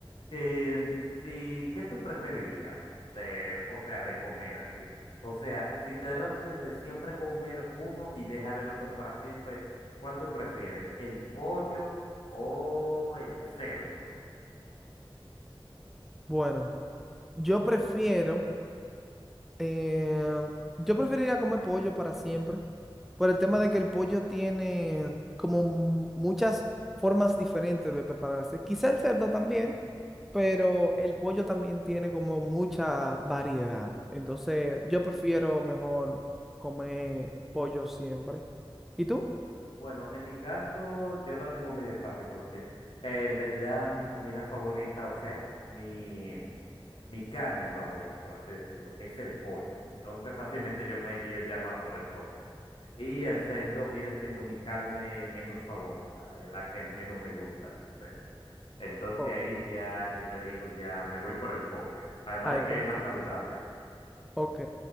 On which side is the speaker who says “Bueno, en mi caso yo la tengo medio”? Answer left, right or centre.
Left